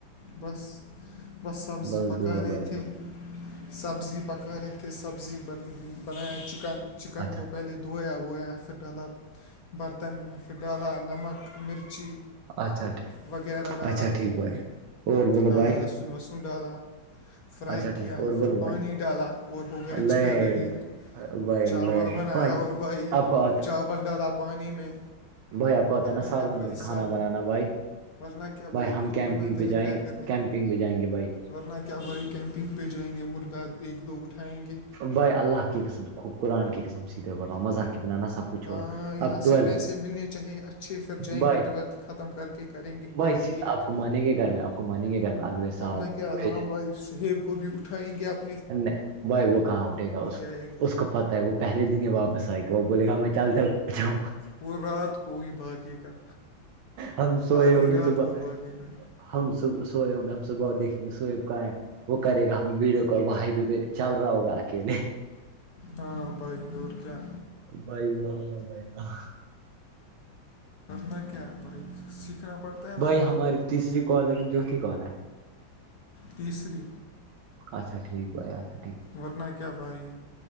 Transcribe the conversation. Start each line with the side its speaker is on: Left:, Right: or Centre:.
Left: بس بس سبزی
Right: بس
Left: پکا
Right: دعا
Left: رہے
Right: بھائی
Left: تھے
Right: بھائی
Left: سبزی پکا رہے تھے سبزی بنایا چکن چکن
Right: اچھا
Left: کو پہلے دھویا وویا پھر ڈالا برتن میں پھر ڈالا نمک مرچی
Right: اچھا ٹھیک
Left: وغیرہ ڈالا
Right: اچھا ٹھیک بھائی اور بولو
Left: ہاں
Right: بھائی
Left: لسن وسن ڈالا فرائی
Right: اچھا
Left: کیا
Right: ٹھیک اور
Left: پھر
Right: بولو
Left: پانی
Right: بھائی
Left: ڈالا اور ہو گیا
Right: اللہ
Left: چکن ریڈی
Right: بھائی
Left: چاول
Right: اللہ
Left: بنایا
Right: بھائی
Left: اور بائی
Right: آپ کو
Left: چاول ڈالا پانی میں
Right: بھیا کوت
Left: ورنہ
Right: ہے نا سالن
Left: کیا بھائی
Right: اور کانا
Left: سب
Right: بنانا بھائی
Left: ورنہ کیا
Right: بھائی ہم
Left: خود
Right: کیمپنگ
Left: بناتے
Right: پہ
Left: ہیں
Right: جائیں
Left: کیا کریں
Right: کیمپنگ پہ جائیں گے بھائی
Left: ورنہ کیا بھائی کیمپنگ پہ جائیں گے مرغا ایک دو اٹھائیں گے
Right: بائے اللہ کی قسم خو قرآن کی قسم سیدھے بڑا مذاق کے بناانا سب کچھ چھوڑو
Left: ہاں یہاں
Right: اب
Left: سے
Right: ٹویلتھ
Left: پیسے ملنے چاہیے اچھے پھر جائیں
Right: بھائی
Left: گے ٹویلتھ ختم کر کے کریں گے پارٹی
Right: بھائی
Left: ایک
Right: آپ کو مانیں گے گھر میں آپ کو مانیں گے گھر میں اگلے سال
Left: ورنہ کیا
Right: برے
Left: ہاں بھائی سہیب کو بھی اٹھائیں گے آپ
Right: نہیں بھائی وہ کہاں اٹھے گا اس
Left: آئے گا
Right: اس کو پت وہ پہل دن ہی واپس آئے گ وہ بول گا میں چل چل کر جاؤںا
Left: وہ رات کو ہی بھاگے گا
Right: ہم سوئے
Left: آدھی
Right: ہوں گے
Left: رات
Right: صبح
Left: وہ بھاگے گا
Right: ہم صب سوئے ہوں گے ہم صبح دیکھیں گے سوئےب کہ ہے وہ کرے گا ہمیں بیڑ بھائی بیبے چل رہا ہوگا اکیلے
Left: ہاں بائی اڑ کیا
Right: بھائی وہاں بھائی ہاں
Left: میں کیا ب سیکھنا ہے نا
Right: بھائی
Left: خود
Right: ہماری تیسری کال لیکن چوتھی کال ہے
Left: تیسری
Right: اچھا ٹھیکھائی اچھاٹھیک
Left: ورنہ کیا بھائی